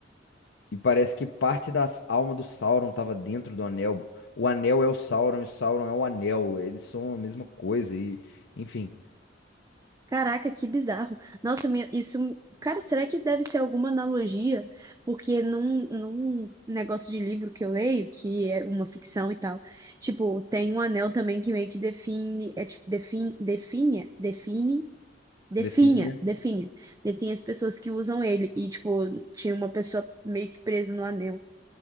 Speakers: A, on the left; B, on the right.
A: E parece que parte da alma do Sauron estava dentro do anel. O anel é o Sauron e o Sauron é o anel. Eles são a mesma coisa e, enfim,
B: Caraca, que bizarro. Nossa, minha- isso. Cara, será que deve ser alguma analogia? Porque num, num negócio de livro que eu leio, que é uma ficção e tal, tipo, tem um anel também que meio que define, é tipo, define, define, define, definha,
A: definha.
B: definha, define as pessoas que usam ele. E, tipo, tinha uma pessoa meio que presa no anel.